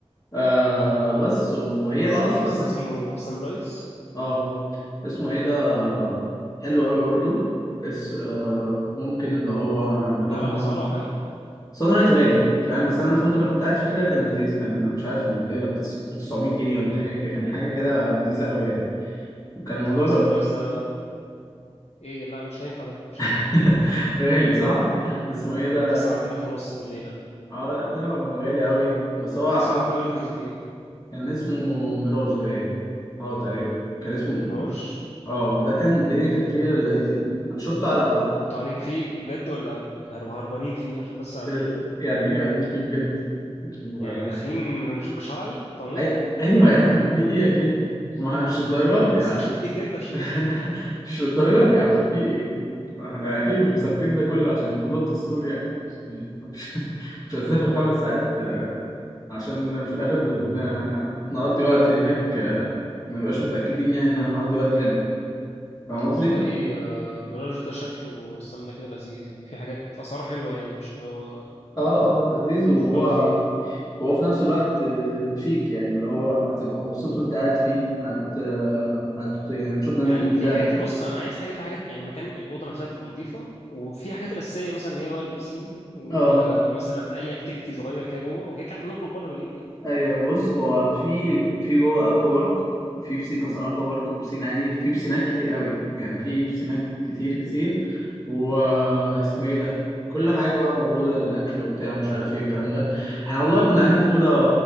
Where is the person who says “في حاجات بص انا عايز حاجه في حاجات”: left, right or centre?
Left